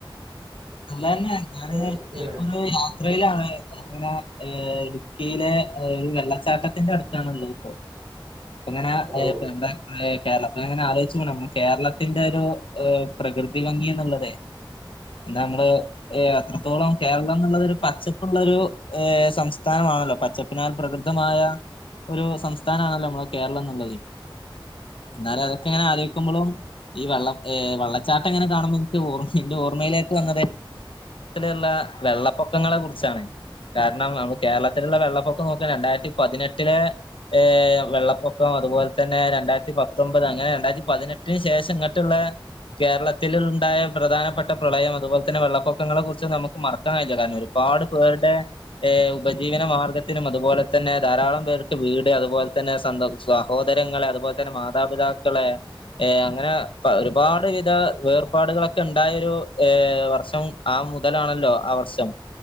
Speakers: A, on the left; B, on the right.
A: അല്ലന്നെ ഞാന്
B: ഇരിക്കാണ്
A: <unintelligible> ത്രയിലാണ് ഞാനങ്ങനെ ഹ് ഇടുക്കിയിലെ <unintelligible> വെള്ളച്ചാട്ടത്തിന്റെ അടുത്താണ്ള്ളത് ഇപ്പൊ
B: <inaudible>
A: അങ്ങനെ
B: ഓ
A: <unintelligible> കേരളത്തിങ്ങനെ ആലോയ്ചിങ്ങനെ ഉം കേരളത്തിന്റെരു പ്രകൃതി ഭംഗി എന്നുള്ളതെ എന്താ നമ്മള് ഹ അത്രത്തോളം കേരളം എന്നുള്ളതു പച്ചപ്പ്ള്ളൊരു ഹ സംസ്ഥാനമാണല്ലോ പച്ചപ്പിനാൽ പ്രകൃതമായ ഒരു സംസ്ഥാനാണല്ലോ നമ്മളെ കേരളം ന്ന് ള്ളത് ന്നാലും അതൊക്കെങ്ങനെ ആലോയ്ക്കുമ്പളും ഈ വെള്ള വള്ളച്ചാട്ടങ്ങനെ കാണുമ്പോ ൻക്ക് ഓർമി ഇന്റെ ഓർമ്മയിലെ വന്നത് ത്തിലുള്ള വെള്ളപ്പൊക്കങ്ങളെ കുറിച്ചാണ് കാരണം നമ്മള് കേരളത്തിലുള്ള വെള്ളപ്പൊക്കം നോക്കാ <unintelligible> രണ്ടായിരത്തി പതിനെട്ടിലെ ഏ വെള്ളപ്പൊക്കം അതുപോലെ തന്നെ രണ്ടായിരത്തി പത്തൊമ്പത് അങ്ങനെ രണ്ടായിരത്തി പതിനെട്ടിന് ശേഷം ഇങ്ങനട്ട്ള്ള കേരളത്തില്ണ്ടായ പ്രധാനപ്പെട്ട പ്രളയം അതുപോലെ തന്നെ വെള്ളപ്പൊക്കങ്ങളെ കുറിച്ച് നമുക്ക് മറക്കാൻ ക <unintelligible> ല്ല കാരണം ഒരുപാട് പേരുടെ ഉപജീവന മാർഗ്ഗ ത്തിനും അതുപോലെ തന്നെ ധാരാളം പേർക്ക് വീട് അതുപോലെ തന്നെ സന്ത സഹോദരങ്ങളെ അതുപോലെ തന്നെ മാതാപിതാ താക്കളെ അങ്ങനെ പ ഒരുപാട് വിധ വേർപാടുകളൊക്കെ ഉണ്ടായൊരു ഏഹ് വർഷം ആ മുതലാണല്ലോ ആ വർഷം